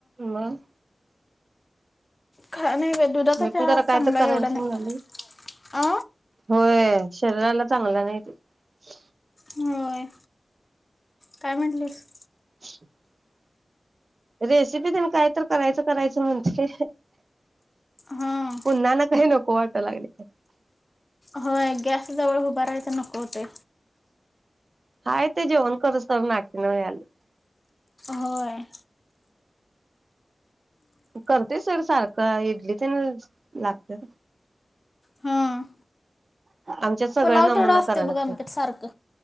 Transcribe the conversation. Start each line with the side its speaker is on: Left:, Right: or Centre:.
Right: मग?
Left: का नाही बाई दुधाचा
Right: मी
Left: चहा
Right: पण जरा काय
Left: चांगला
Right: तर करायलाच
Left: एवढा नाही
Right: म्हणाल
Left: अ
Right: होय शरीराला चांगला नाही. <inaudible>
Left: होय काय म्हटलीस?
Right: <unintelligible> रेसिपी देण काय तर करायचं करायचं म्हणते.
Left: हां
Right: पुन्हाना काही नको वाट लागले.
Left: होय गॅस जवळ उभ राायच नको होते.
Right: हाय ते जेवण करसतो नाके नऊ आली.
Left: होय.
Right: करतेय सर सारखं इडली तर ना लागते.
Left: हां
Right: आमच्या सगळ्या
Left: पुलाव
Right: नमुना
Left: तेवढं असते
Right: कराया लागतात.
Left: बघ आमच्यात सारखं